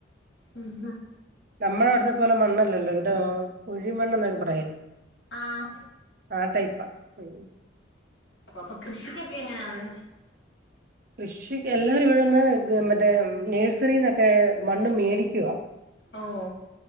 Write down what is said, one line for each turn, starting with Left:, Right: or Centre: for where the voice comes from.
Left: ഉം
Right: നമ്മുടെ അവിടുത്തെ പോലെ മണ്ണല്ലല്ലോ ഇവിടെ കുഴിമണ്ണ് എന്നൊക്കെ പറയല്
Left: ആഹ്
Right: ആ ടൈപ്പാ ഉം
Left: അപ്പൊ കൃഷിക്കൊക്കെ എങ്ങനാത്?
Right: കൃഷിക്ക് എല്ലാവരും ഇവിടെന്ന് മറ്റേ നേഴ്സറിന്നൊക്കെ മണ്ണ് മേടിക്കുവാ
Left: ഓഹ്